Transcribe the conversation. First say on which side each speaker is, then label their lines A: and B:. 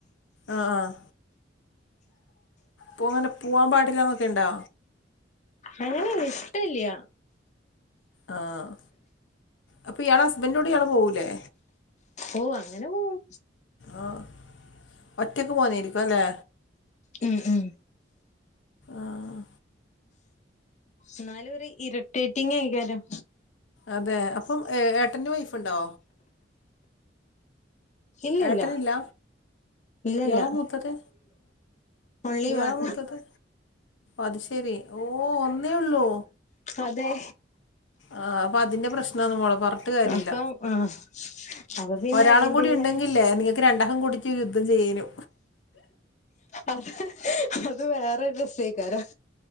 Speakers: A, on the left; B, on the left.
A: ആഹ് ആഹ് പോവാന് പോവാൻ പാടില്ല എന്നൊക്കെ ഇണ്ടോ?
B: അങ്ങനെല്ല ഇഷ്ടല്ല
A: ആഹ് അപ്പ ഇയാളെ ഹസ്ബന്റിന്റെ കൂടെ ഇയാള് പോവൂലേ?
B: ഓ അങ്ങനെ പോവും
A: ആഹ് ഒറ്റക്ക് പോവ്ന്നരിക്കും അല്ലേ?
B: ഉം ഉം
A: ആഹ്
B: എന്നാലും ഒരു ഇരിട്ടേറ്റിംഗ് ഏക്കാരം
A: അതെ അപ്പം ഏ ഏട്ടന്റെ വൈഫ്‌ണ്ടോ?
B: ഇല്ലല്ല
A: ഏട്ടനില്ല
B: ഇല്ലല്ല
A: ഇയാള മൂത്തത്
B: ഒൺലി
A: ഇയാളാ
B: വൺ
A: മൂത്തത്? അത് ശെരി ഓ ഒന്നേ ഒള്ളു
B: അതെ
A: ആഹ് അപ്പ അതിന്റെ പ്രശ്നാണ് മോളെ പർഞ്ഞിട്ട് കാര്യല്ല
B: അപ്പം ആഹ് അപ്പൊ പിന്നെ
A: ഒരാളും
B: അതിന്റേതായ
A: കൂടി ഇണ്ടെങ്കില്ലേ നിങ്ങക്ക് രണ്ടാക്കും കൂടിട്ട് യുദ്ധം ചെയ്യേനു
B: അ അത് വേറെരു രസേക്കാരം